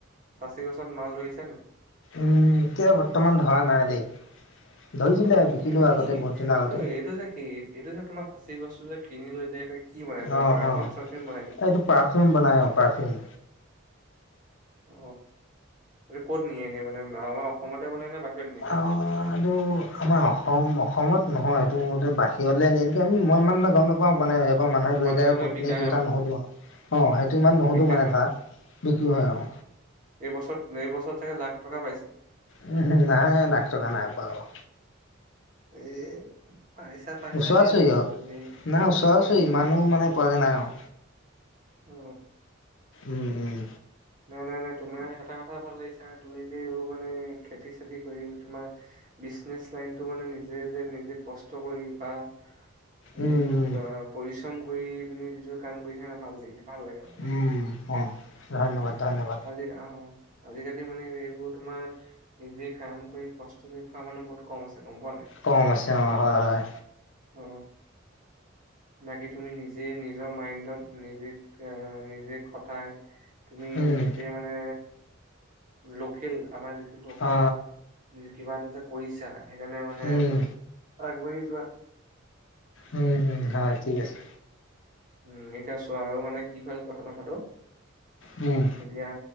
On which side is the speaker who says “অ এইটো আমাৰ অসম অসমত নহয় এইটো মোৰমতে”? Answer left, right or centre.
Left